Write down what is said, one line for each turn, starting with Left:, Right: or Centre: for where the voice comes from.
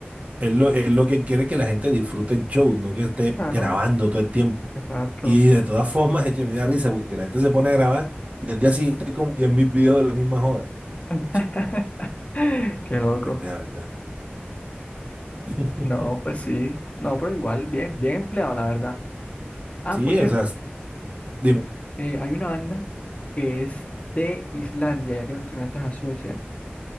Right: es lo, es lo que quiere que la gente disfrute el show, no que esté
Left: Claro,
Right: grabando todo el tiempo.
Left: exacto.
Right: Y de todas <laughs> formas, eche, me da risa porque la gente se pone a grabar y al día siguiente hay como 10.000 videos de la misma joda.
Left: <laughs>
Right: Che,
Left: Qué
Right: es
Left: loco.
Right: pendeja, ¿verdad? <laughs>
Left: No, pues sí. No, pero igual, bien, bien empleado, la verdad. Ah,
Right: Sí,
Left: por cierto.
Right: o sea, dime.
Left: eh, hay una banda que es de Islandia, ya que mencionaste a Suecia,